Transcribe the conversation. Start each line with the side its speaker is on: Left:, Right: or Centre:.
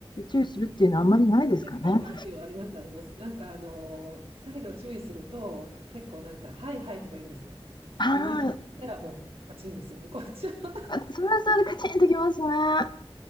Left: 注意するっていうのはあんまりないですかね。
Right: え、ありますよ、あります、あります。なんか、あの、態度を注意すると、結構なんか、はいはいとか言うんですよ。
Left: あ
Right: もう2回言ったらもう、パチンですよね。<laughs> こっちは
Left: あ、それはそれでカチンときますね。あ